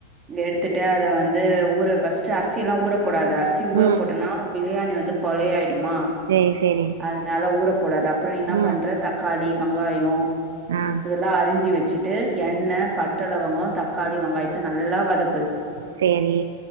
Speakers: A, on the right (about 20°); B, on the right (about 60°).
A: எடுத்துட்டு அத வந்து ஊற ஃபஸ்ட்டு அர்சில்லா ஊற போடாத அர்சி ஊற
B: ம்
A: போட்டனா பிரியாணி வந்து கொலை ஆயிடுமா
B: சேரி சேரி
A: அதனால ஊற போடாத அப்றோ என்ன
B: ம்
A: பண்ற தக்காளி வெங்காயோ
B: ஆ
A: அதெல்லா அரிஞ்சு வச்சிட்டு எண்ண பட்ட லவங்கோ தக்காளி வெங்காயத்த நல்லா வதக்கு
B: சேரி